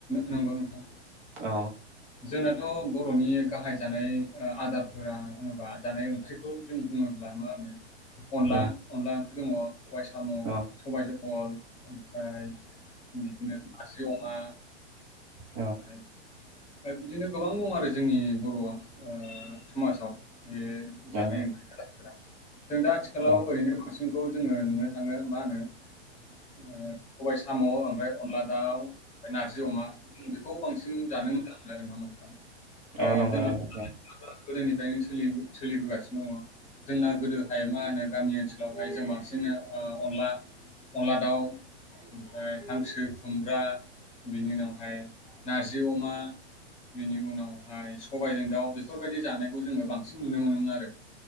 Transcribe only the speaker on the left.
नंगौ नोंथां
जोंनाथ' बर'नि गाहाय जानाय आदारफोरा होनोबा जानाय ओंख्रिखौ जों बुङोब्ला मा होनो अनला
अनला ओंख्रि दङ, सबाय साम',
सबायजों जहल, ओमफ्राय बिदिनो नारजि अमा,
ओमफ्राय दा बिदिनो गोबां दं आरो जोंनि बर'आ आ समाजाव बे जानाय
ओंख्रिया <inaudible> जों दा आथिखालाव
ओरैनो बांसिन जोंखौ जोङो नुनो थाङो मा होनो ओ सबाय साम' ओमफ्राय अनला दाउ ओमफ्राय नारजि अमा जों बेखौ बांसिन जानो मोजां मोनो आरो नङा ओमबा नोंथां ओ
जोंना
गोदोनिफ्रायनो सोलिबो सोलिबोगासिनो दङ जोंना गोदोहाय मा होनो गामि ओनसोलावहाय जों बांसिन अनला अनला दाउ ओमफ्राय हांसो खुमब्रा बेनि उनावहाय नारजि अमा बेनि उनावहाय सबायजों दाउ बेफोरबायदि जानायखौ जोङो बांसिन नुनो मोनोमोन आरो